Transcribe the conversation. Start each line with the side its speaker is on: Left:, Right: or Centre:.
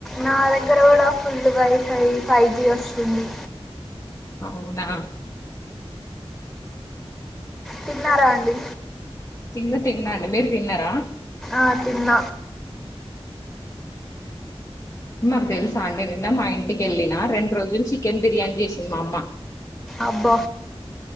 Centre: నా దగ్గర కూడా ఫుల్ వైఫై ఫై జీ వస్తుంది
Left: అవునా
Centre: తిన్నారా అండి
Left: తిన్న తిన్న అండి మీరు తిన్నార
Centre: ఆ తిన్న
Left: మాకు తెలుసా అండి నిన్న మా ఇంటికి ఎళ్ళిన రెండు రోజులు చికెన్ బిర్యానీ చేసింది మా అమ్మ
Centre: అబ్బ